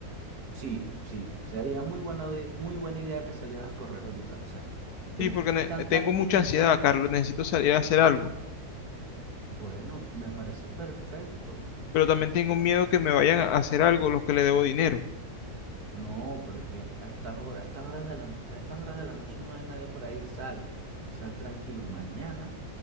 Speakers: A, on the right; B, on the left.
A: Sí, sí, sería muy buena, de- muy buena idea que salieras a correr ahorita. O sea, si tienes
B: Sí, porque ne-
A: tanta
B: tengo
A: abstinencia,
B: mucha ansiedad, Carlos. Necesito salir a hacer algo.
A: bueno, me parece perfecto.
B: Pero también tengo miedo que me vayan a hacer algo los que le debo dinero.
A: No, pero es que a estas horas, a estas horas de la, a estas horas de la noche no hay nadie por ahí. Sal, sal tranquilo. Mañana